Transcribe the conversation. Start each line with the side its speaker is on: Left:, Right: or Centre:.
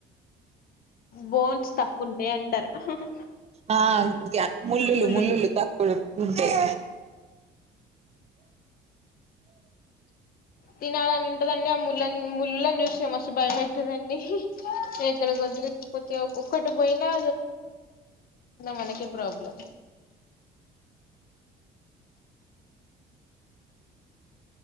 Left: బోన్స్ తక్కువుంటే అంటారు. అహ్
Right: ఆ ముళ్ళులు
Left: ముల్లులు
Right: ముళ్లుులు తక్కువ ఎక్కువ ఉంటాయి.
Left: తినాలనుంటదండీ అ ముళ్ళును ముల్లులను జూస్తే మస్తు భయమైతదండి ఎక్కడ గొంతులో ఒక్కటి పోయిన మనకే ప్రాబ్లం.